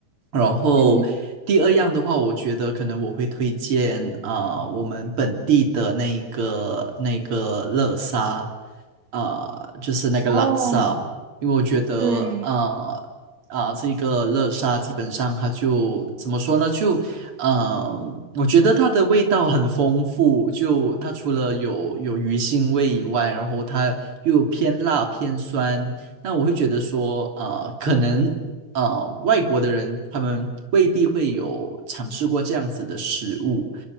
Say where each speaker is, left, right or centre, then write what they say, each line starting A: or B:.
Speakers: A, on the right (about 35°); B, on the right (about 55°).
A: 然后第二样的话，
B: 嗯，
A: 我觉得可能我会推荐啊、呃我们本地的那一个那个乐沙，啊、就是那个拉萨，
B: 哦，
A: 因为我觉得啊啊、
B: 对，
A: 这个乐沙基本上它就怎么说呢？就呃，我觉得它的味道很丰富，就它除了有有鱼腥味以外，然后它又偏辣偏酸。那我会觉得说，啊、可能呃外国的人，他们未必会有尝试过这样子的食物。